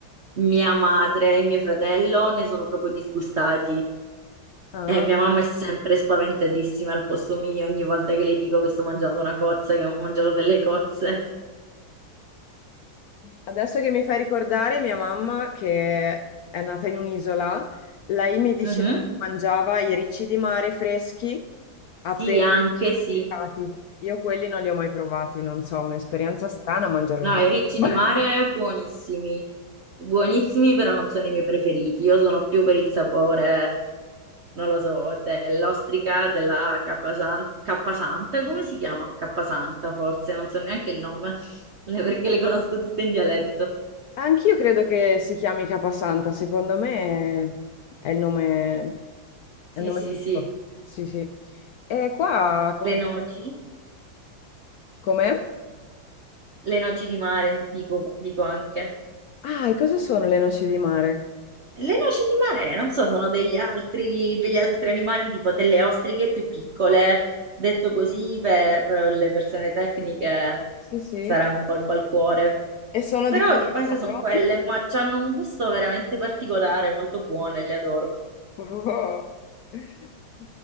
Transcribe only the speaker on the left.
Ah.
Adesso che mi fai ricordare, mia mamma, che è nata in un'isola, lei mi diceva
che mangiava i ricci di mare freschi appena
pescati. Io quelli non li ho mai provati, non so, un'esperienza strana mangiare
un riccio.
Ma-
Anch'io credo che si chiami Capasanta, secondo me è è il nome,
è il nome
giusto.
Sì, sì. E qua come,
com'è?
Ah, e cosa sono le noci di mare?
Sì, sì. sì.
E sono
di quelle
parole.
Oh. Ci